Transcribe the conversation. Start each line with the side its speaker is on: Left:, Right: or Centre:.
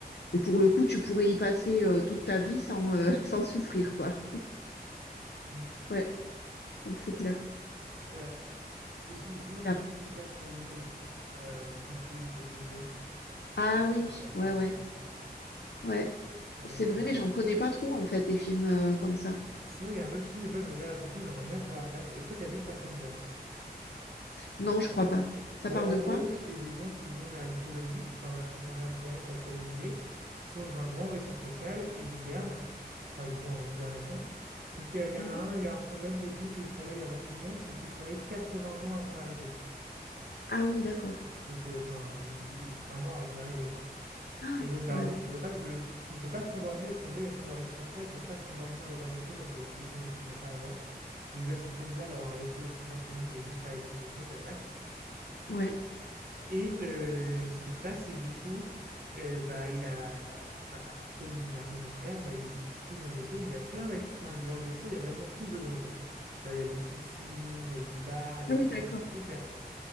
Left: Et pour le coup, tu pourrais y passer euh, toute ta vie sans, euh, <laughs> sans souffrir, quoi.
Right: Hmm,
Left: Ouais, donc c'est clair.
Right: Ouais. Ou sinon, sinon, des
Left: Ah,
Right: films qui se passent sur une île, euh, tranquille, où t'es posé.
Left: ah oui,
Right: Ça pourrait être
Left: ouais,
Right: bien,
Left: ouais,
Right: ça aussi.
Left: ouais.
Right: Euh,
Left: C'est vrai, mais j'en connais pas trop, en fait, des films euh, comme ça.
Right: Sinon, il y a un autre film, des fois, je me faisais la réflexion, j'aimerais bien être à leur place. Est-ce que t'as vu Passengers?
Left: Non, je crois pas. Ça
Right: Bon,
Left: parle
Right: en
Left: de
Right: gros,
Left: quoi?
Right: c'est des gens qui vont vers une colonie, enfin, vers- qui vont vers une planète à coloniser. Ils sont dans un grand vaisseau spatial, ils hibernent. Enfin, ils sont en hibernation. Sauf qu'il y
Left: Ouais.
Right: en a un, il y a un problème technique et il se réveille avant tout le monde, sauf qu'il se réveille vingts ans avant d'arriver.
Left: Ah oui, d'accord. <gasps>
Right: Donc, euh, enfin, il, il sera mort avant d'arriver, quoi.
Left: Ah,
Right: Et donc, bah,
Left: ouais,
Right: en
Left: d'accord.
Right: fait, il peut pas, le- il peut pas se rendormir. Ils sont obligés d'être endormis sur Terre. Ils peuvent pas se rendormir dans le vaisseau parce qu'il y a des technologies qu'ils ont pas à bord. Ou déjà, c'est très bizarre d'avoir un vaisseau aussi bien fourni, mais juste pas avec ces technos. Mais bref.
Left: Ouais.
Right: Et heu, ce qui se passe, c'est que du coup, heu, bah, il a bah, comme il a rien à faire, bah, il fait des trucs dans le vaisseau, mais il y a plein d'activités. enfin, le genre le vaisseau, il y a vraiment tout dedans, quoi. Genre, il y a des piscines, il y a des bars, il
Left: Ah
Right: y a tout,
Left: oui, d'accord.
Right: on peut tout faire, quoi.